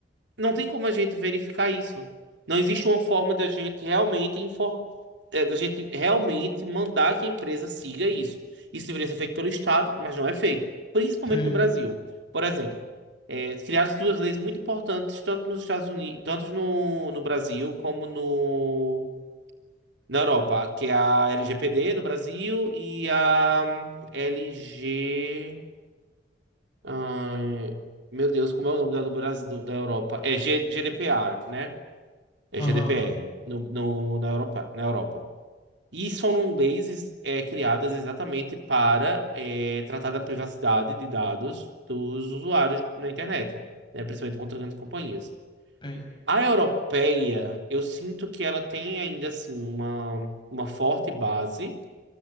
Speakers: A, on the right; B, on the left.
A: não tem como a gente verificar isso. Não existe uma forma da gente realmente infor- eh, da gente realmente mandar que a empresa siga isso. Isso deveria ser feito pelo Estado, mas não é feito, principalmente
B: sim.
A: no Brasil. Por exemplo, eh, criaram-se duas leis muito importantes, tanto nos Estados Unidos, tanto no, no Brasil como no na Europa, que é a LGPD no Brasil e a LG. ai, meu Deus, como é o nome da, do Brasil, do- da Europa? É G- GDPR, né? É
B: Aham,
A: GDPR no, no- na Europa, na Europa. E são leis é, criadas exatamente para é, tratar da privacidade de dados dos usuários na internet, né? Principalmente contra grandes companhias.
B: sim.
A: A europeia, eu sinto que ela tem ainda assim uma, uma forte base.